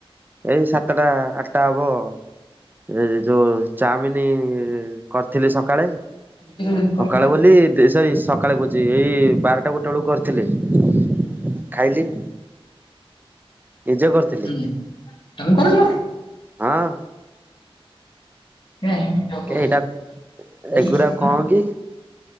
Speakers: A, on the right (about 20°); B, on the left (about 55°).
A: ଏଇ ସାତଟା ଆଠଟା ହବ ଏ ଯୋଉ ଚାଓମିିନି କରିଥିଲି ସକାଳେ
B: ହୁଁ ତମେ କରିନ?
A: ସକାଳେ ବୋଲି ଦିସ ସରି ସକାଳ କହୁଛି ଏଇ ବାରଟା ଗୋଟେ ବେଳକୁ କରିଥିଲି ଖାଇଲି। ନିଜେ କର ଥ
B: ହୁଁ ତମେ କରୁନ।
A: ହଁ
B: ନା କ
A: ଏଇଟା ଏଗୁରା
B: <inaudible>
A: କଣ କି